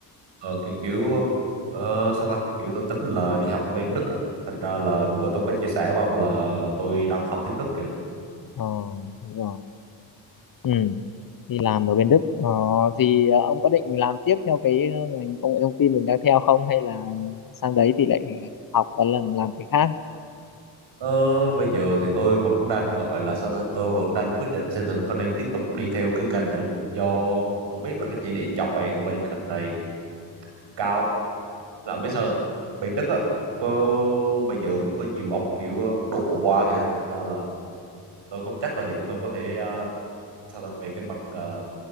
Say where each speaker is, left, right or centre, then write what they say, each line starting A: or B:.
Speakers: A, on the right (about 70°); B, on the left (about 45°).
A: ờ kiểu kiểu ờ, sao ta kiểu tôi tính là đi học bên Đức á. thành ra là bữa tôi có chia sẻ với ông là tôi đang học tiếng Đức kìa
B: ờ đúng rồi. Ừ. Thì làm ở bên Đức ờ, thì ờ, ông có định làm tiếp theo cái ờ, ngành công nghệ thông tin mình đang theo không hay là sang đấy thì lại học và làm làm cái khác
A: Ờ, bây giờ thì tôi vẫn đang gọi là sao ta tôi vẫn đang quyết định xem tôi có nên tiếp tục đi theo cái ngành này không do tôi biết là cái tỷ lệ chọi của bên ngành này cũng cao là không biết sao bên Đức á có bây giờ cũng có nhiều ông kiểu Ấn Độ qua kìa thật ra là tôi không chắc là liệu tôi có thể ờ, sao ta về cái mặt ờ,